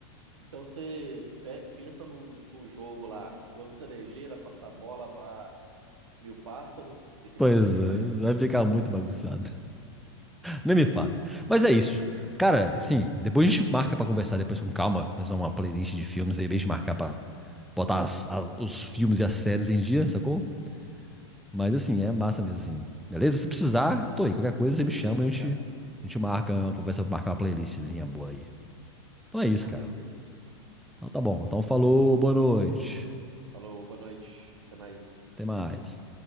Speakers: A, on the right (about 85°); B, in the centre.
A: Então você pe- pensa num, num jogo lá, flor de cerejeira, passar bola para mil pássaros, fica
B: pois
A: estranho demais.
B: é. Vai ficar muito bagunçado. Nem me fala. Mas é isso. Cara, assim, depois a gente marca pra conversar depois com calma, mas é uma playlist de filmes aí, é bem de marcar pra botar as- as- os filmes e as séries em dia, sacou? Mas assim, é massa mesmo, assim. Beleza? Se precisar, tô aí. Qualquer coisa,
A: Beleza,
B: você me chama, a gente,
A: cara.
B: a gente marca uma conversa, marca uma playlistzinha boa aí. Então é isso,
A: Marca
B: cara.
A: assim.
B: Então tá bom. Então falou, boa noite.
A: Falou, boa noite. Até mais.
B: Até mais.